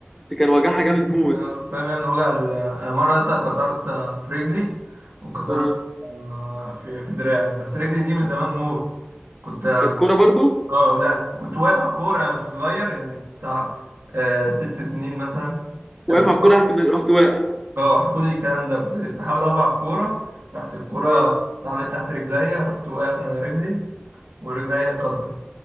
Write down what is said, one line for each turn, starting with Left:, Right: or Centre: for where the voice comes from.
Centre: دي كان وجعها جامد موت
Right: اه فاهم يا ابني وجع ال- انا مره يا اسطى كسرت آه، في رجلي وكسرت
Centre: آه.
Right: آه، في في دراعي بس رجلي دي من زمان موت كنت
Centre: كانت كوره برضو
Right: اه لا كنت واقف على الكوره انا كنت صغير يعني بتاع آه ست سنين مثلا طب
Centre: واقف
Right: بس
Centre: على الكوره رحت رحت واقع
Right: اه حكوا لي الكلام ده كنت بحاول اقف على الكوره راحت الكوره
Centre: آه.
Right: اتعملت تحت رجليا رحت وقعت على رجلي ورجليا اتكسرت